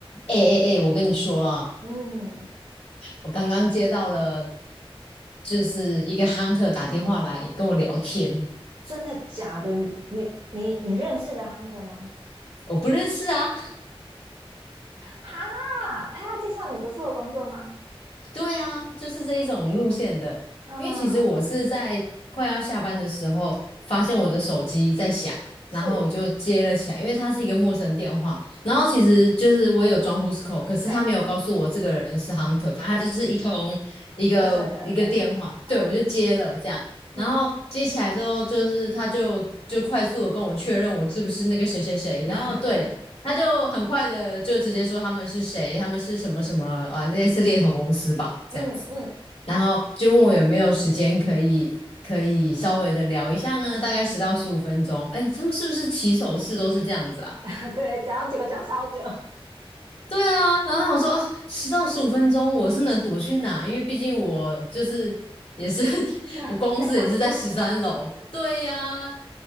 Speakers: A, on the left; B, on the right.
A: 哎哎哎，我跟你说啊，
B: 嗯，
A: 我刚刚接到了，就是一个 hunter 打电话来跟我聊天，
B: 真的假的？你你你你认识的 Hunter 吗？
A: 我不认识啊，
B: 哈，他要介绍你不错的工作吗？
A: 对啊，就是这一种路线的。
B: 嗯，
A: 因为其实我是在快要下班的时候，发现我的手机在响，
B: 是，
A: 然后我就接了起来，因为它是一个陌生电话。然后其实就是我也有装 Who's Call，可是他没有告诉我这个人是
B: 对，
A: Hunter，反正他就是一通一个一个电话，
B: 陌生的，嗯
A: 对我就接了这样。然后接起来之后，
B: 嗯
A: 就是他就就快速的跟我确认我是不是那个谁谁谁，然后对，
B: 嗯 <laughs>
A: 他就很快的就直接说他们是谁，他们是什么什么啊，类似猎头公司吧这样子，
B: 嗯嗯嗯
A: 然后就问我有没有时间可以可以稍微的聊一下呢，大概十到十五分钟。哎，他们是不是起手式都是这样子啊？
B: 嗯，<laughs> 对，讲到结果讲超久，
A: 对啊，然后想说啊，十到十五分钟我是能躲去哪？因为毕竟我就是也是 <laughs>
B: <laughs>
A: 我公司也是在十三楼。
B: 在上班呐、
A: 对呀、啊